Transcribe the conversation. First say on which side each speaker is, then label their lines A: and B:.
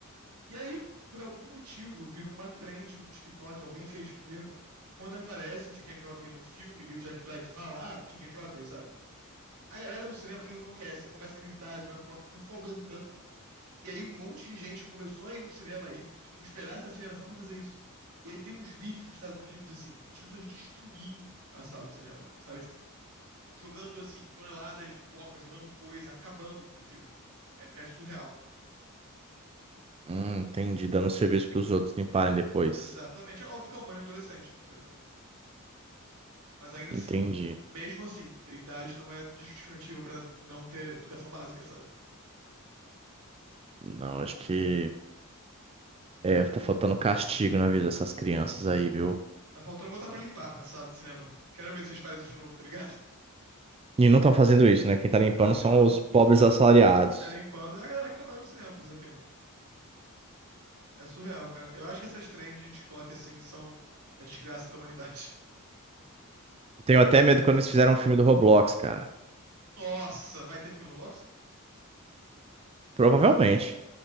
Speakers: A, on the right; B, on the right.
A: E aí, por algum motivo, virou uma trend no TikTok, alguém fez primeiro, que quando aparece o Chicken Jockey no filme e o Jack Black fala, ah, Chicken Jockey, sabe? A galera no cinema enlouquece, começa a gritar, jogar pipoca, só que foi aumentando. E aí um monte de gente começou a ir no cinema e, tipo, esperar essa cena só pra fazer isso. E aí tem uns vídeos dos Estados Unidos, assim, as pessoas destruindo a sala do cinema, sabe? Tipo, jogando, assim, toneladas de pipoca, jogando coisa, acabando com o filme. É, é surreal.
B: Hum, entendi. Dando serviço pros outros limparem depois.
A: Exatamente. É óbvio que é um banho adolescente, entendeu? Mas ainda
B: Entendi.
A: assim, mesmo assim, a idade não é justificativa pra não ter educação básica, sabe?
B: Não, acho que. É, tá faltando castigo na vida dessas crianças aí, viu?
A: Tá faltando botar pra limpar a sala de cinema. Quero ver se vocês fazem isso de novo, tá ligado? <laughs>
B: E não estão fazendo isso, né? Quem tá limpando
A: Claro
B: são
A: que não.
B: os pobres assalariados.
A: Quem tá limpando é a galera que trabalha no cinema, fazer o quê? É surreal, cara. Eu acho que essas trends de TikTok assim são a desgraça da humanidade.
B: Tenho até medo quando eles fizeram um filme do Roblox, cara.
A: <laughs> Nossa, vai ter filme no Roblox?
B: Provavelmente.